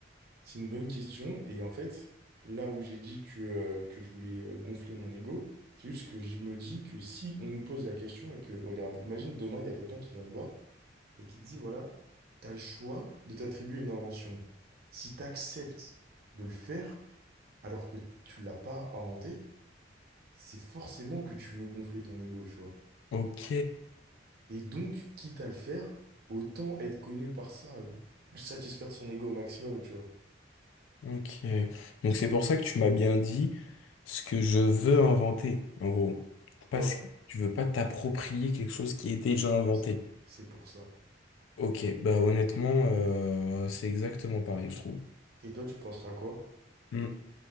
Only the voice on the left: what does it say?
Ok,
ok. Donc c'est pour ça que tu m'as bien dit ce que je veux inventer, en gros. Parce
que tu veux pas t'approprier quelque chose qui est déjà
inventé.
Ok, bah honnêtement, euh, c'est exactement pareil, je trouve.
Mm,